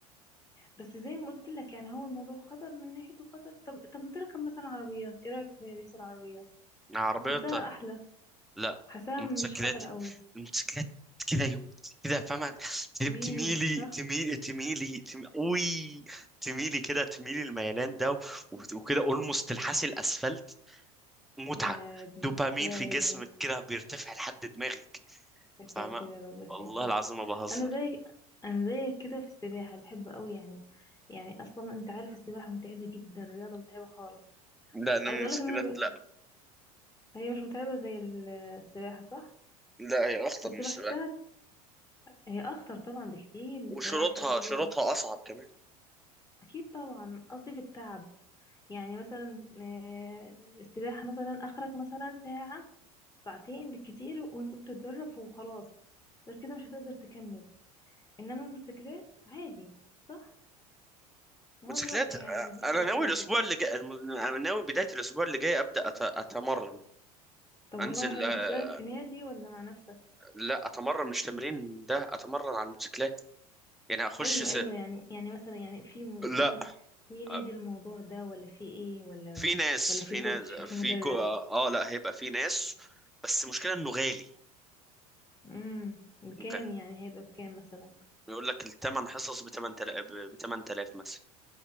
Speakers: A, on the left; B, in the centre.
A: بس زي ما قلت لك يعني هو الموضوع خطر من ناحيته خطر طب طب ما تركب مثلا عربيات ايه رأيك في ريس العربيات
B: عربية
A: حاساها احلى
B: لا
A: حاساها
B: موتوسيكلات
A: مش خطر قوي
B: الموتوسيكلات كده يوم كده فاهمة تب-
A: ويه
B: تميلي
A: صح
B: تميلي تميلي تم... اوي تميلي كده تميلي الميلان ده و- وكده اولموست تلحسي الاسفلت متعة
A: يا ابني
B: دوبامين
A: يا
B: في
A: يا
B: جسمك
A: ابني
B: كده بيرتفع لحد دماغك
A: يا ساتر
B: فاهمة
A: يا رب يا
B: والله
A: ساتر
B: العظيم ما بهزر
A: انا زي انا زيك كده في السباحه بحب قوي يعني يعني اصلا انت عارف السباحه متعبه جدا رياضه متعبه خالص
B: لا انا
A: عايزه
B: الموتوسيكلات
A: اقول لك ان انا ب...
B: لا
A: هي مش متعبه زي ال- السباحه صح
B: لا هي اخطر
A: بس
B: من السباحة
A: بحسها هي اخطر طبعا بكتير من
B: وشروطها
A: السباحه اللي
B: شروطها
A: جاب
B: اصعب كمان
A: اكيد طبعا قصدي في التعب يعني مثلا آه، السباحه مثلا اخرك مثلا ساعه ساعتين بالكتير وانت بتتدرب وخلاص غير كده مش هتقدر تكمل انما الموتوسيكلات عادي صح ما
B: موتوسيكلات
A: هو دلوقتي
B: آه،
A: يعني دي الحاجة
B: انا
A: الحلوة
B: ناوي الاسبوع
A: فيها
B: اللي جاي الم- انا ناوي بداية الاسبوع اللي جاي ابدا أت- اتمرن
A: طب والله
B: انزل
A: حلو
B: آه،
A: هتشترك في نادي ولا مع نفسك
B: لا اتمرن مش تمرين ده اتمرن على الموتوسيكلات يعني اخش
A: ايوه
B: س...
A: ايوه يعني يعني مثلا يعني في م- في
B: لا
A: في نادي
B: آه،
A: الموضوع ده ولا في ايه ولا
B: في ناس
A: ولا
B: في
A: في كوتش
B: ناس في
A: في مدرب
B: كو... اه آه، لا هيبقى في ناس بس المشكله انه غالي
A: امم بكام
B: ممكن
A: يعني هيبقى بكام مثلا
B: يقول لك الثمن حصص ب 8000 ب 8000 مثلا